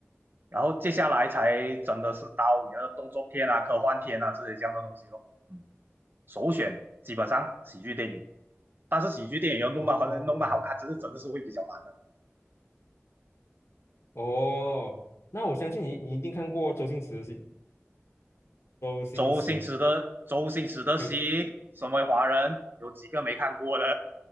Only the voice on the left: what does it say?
哦
哦，那我相信你，你一定看过周星驰的戏，周星驰，
对，